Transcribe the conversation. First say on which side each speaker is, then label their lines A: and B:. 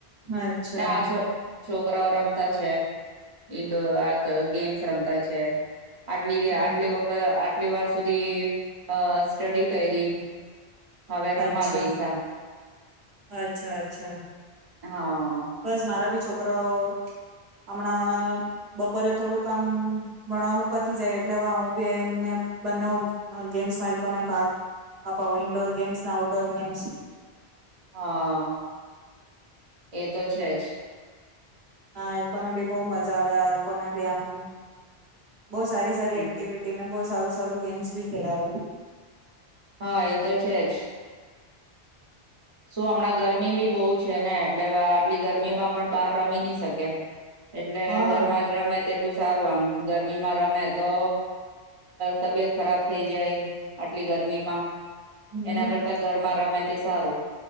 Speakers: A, on the right (about 75°); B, on the right (about 35°).
A: અચ્છા
B: ના, છ છોકરાઓ. રમતા છે, એ તો આ ગેમ્સ રમતા છે. આટલી
A: હા,
B: એ અટલે એ વખત. કેટલી વાર સુધી અ સ્ટડી કરીએ? હવે રમવા
A: અચ્છા
B: બેૈસા.
A: અચ્છા, અચ્છા.
B: હા
A: બસ, મારા બી છોકરાઓ હમણાં બપોરે થોડું કામ-ભણવાનું પતી જાય એટલે હ હું બી એમને બંને ગેમ્સ માલિકોને ભાગ અપાવ, ઈન્ડોર ગેમ્સને આઉટડોર ગેમ્સ.
B: હા. એ તો છે જ.
A: હા, એ પણ બી બહુ મજા આવે, આ લોકો ને બી આમ. બહુ સારી સારી
B: હમ.
A: એક્ટિવિટી ને, બહુ સારું સારું. ગેમ્સ ભી ખેલાવે.
B: હા, એ તો છે જ. શું, હમણાં ગરમી બી બહુ છે ને, એટલે આટલી ગરમીમાં પણ બહાર રમી નહી શકે. એટલે,
A: હા
B: ઘરમાં જ રમે, તેટલું સારું આમ. ગરમીમાં રમે, તો તબિયત ખરાબ થઈ જાય, આટલી ગરમીમાં.
A: હમ
B: એના કરતા ઘરમાં રમે. તે સારું.